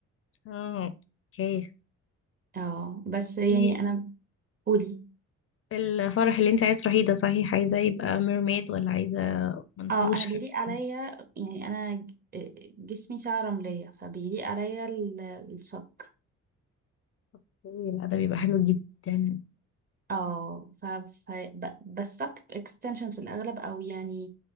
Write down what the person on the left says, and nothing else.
اه اوكي
قولي
لي الفرح اللي انت عايز تروحيه ده صحيح عايزة يبقى ميرميد ولا عايزة منفوش
حتى
اوكي، لا ده بيبقى حلو جدا